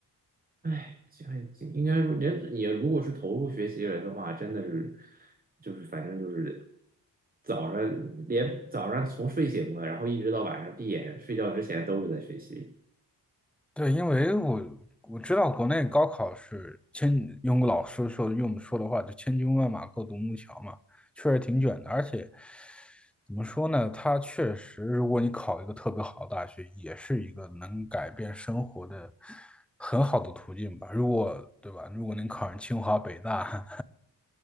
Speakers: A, on the right; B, in the centre.
A: 哎，这样应该说，人也如果是投入学习人的话，真的是，就是反正就是早上连早上从睡醒了，然后一直到晚上闭眼睡觉之前都是在学习。
B: 对，因为我我知道国内高考是千，用老师说用说的话就千军万马过独木桥嘛，确实挺卷的。而且怎么说呢，它确实，如果你考一个特别好的大学，也是一个能改变生活的很好的途径吧。如果对吧？如果能考上清华北大，